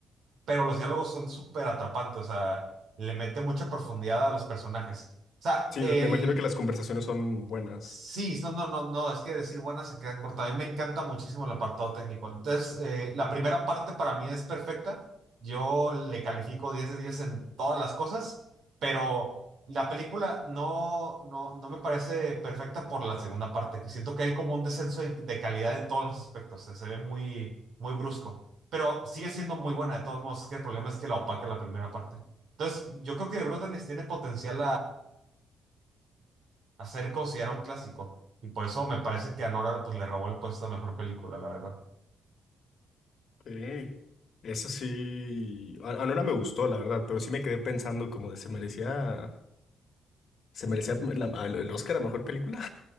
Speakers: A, on the right; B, on the left.
A: pero los diálogos son súper atrapantes, o sea, le mete mucha profundidad a los personajes. O sea,
B: Sí,
A: el,
B: me imagino que las conversaciones son buenas.
A: Sí, no, no, no, no, es que decir buena se queda corta. A mí me encanta muchísimo el apartado técnico. Entonces, eh, la primera parte para mí es perfecta. Yo le califico 10 de 10 en todas las cosas, pero la película no, no, no me parece perfecta por la segunda parte, que siento que hay como un descenso de, de calidad en todos los aspectos. Se, se ve muy, muy brusco, pero sigue siendo muy buena de todos modos. Es que el problema es que la opaca la primera parte. Entonces, yo creo que The Brutalist tiene potencial a ser considerado un clásico. Y por eso me parece que a Nora pues, le robó el puesto a mejor película, la verdad.
B: Ok. Eso sí, a, a Nora me gustó, la verdad, pero sí me quedé pensando como de se merecía, se merecía la- el Oscar a mejor película.